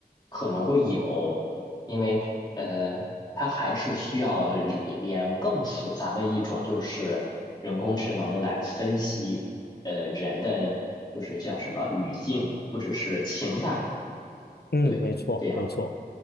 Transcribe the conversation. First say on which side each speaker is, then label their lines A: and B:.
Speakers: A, on the left; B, on the left.
A: 可能会有，因为呃，它还是需要里面更复杂的一种，就是人工智能来分析呃人的就是叫什么语境或者是情感，
B: 嗯，
A: 对，
B: 没错没错，
A: 这样的